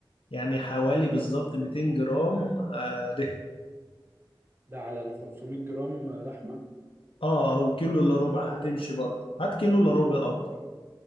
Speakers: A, on the left; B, on the right.
A: يعني حوالي بالظبط 200 جرام آه، دهن
B: ده على ال 500 جرام لحمة؟
A: اه او كيلو الا ربع هتمشي برضه هات كيلو الا ربع افضل